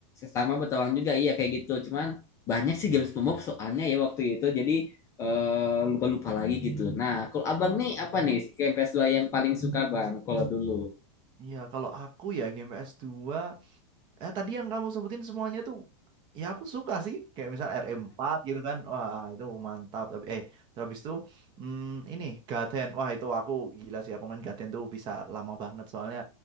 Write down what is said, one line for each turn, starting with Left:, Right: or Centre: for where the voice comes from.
Left: sama bertualang juga iya kayak gitu cuman banyak sih game SpongeBob soalnya ya waktu itu jadi eh, lupa-lupa lagi gitu nah kalau abang nih apa nih game ps dua yang paling suka bang kalau dulu
Right: Iya, kalau aku ya Game PS2 Ya tadi yang kamu sebutin semuanya tuh ya aku suka sih kayak misal RM4 gitu kan wah itu mantap tapi eh terus habis itu hmm, ini Gaten wah itu aku gila sih aku main Gaten tuh bisa lama banget soalnya